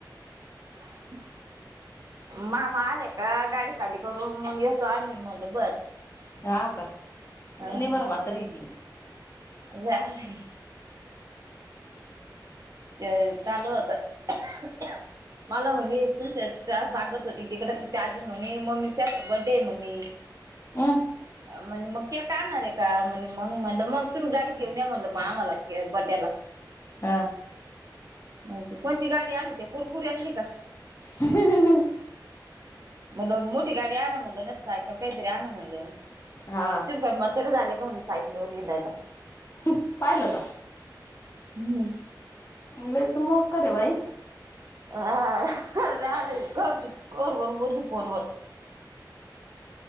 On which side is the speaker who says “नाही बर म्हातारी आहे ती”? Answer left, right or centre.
Left